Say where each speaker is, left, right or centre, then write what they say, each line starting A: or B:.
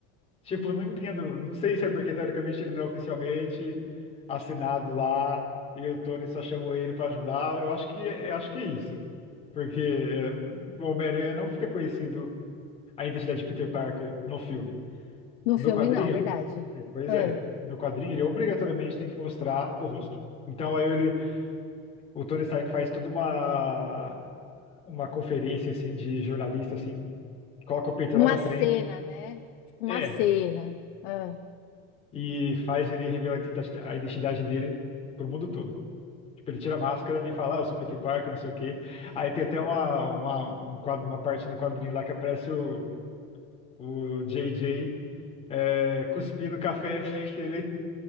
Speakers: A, on the left (about 20°); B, on the left (about 85°).
A: Tipo, não entendo. Não sei se é porque, teoricamente, ele não é oficialmente assinado lá. E o Tony só chamou ele pra ajudar. Eu acho que, eu acho que é isso. Porque eh, o Homem-Aranha não fica conhecido a identidade de Peter Parker no filme.
B: No
A: No
B: filme,
A: quadrinho?
B: não, verdade.
A: É, pois
B: É.
A: é. No quadrinho ele obrigatoriamente tem que mostrar o rosto. Então aí ele, o Tony Stark faz toda uma uma conferência assim de jornalista assim, coloca o peito
B: Uma
A: lá na frente.
B: cena, né? Tipo, uma
A: É,
B: cena. É.
A: e faz ele revelar a identidade a identidade dele pro mundo todo. Tipo, ele tira a máscara e fala, ah, eu sou Peter Parker, não sei o quê. Aí tem até uma, uma, um quadro, uma parte no quadrinho lá que aparece o, o JJ é, cuspindo café, <laughs> porque ele,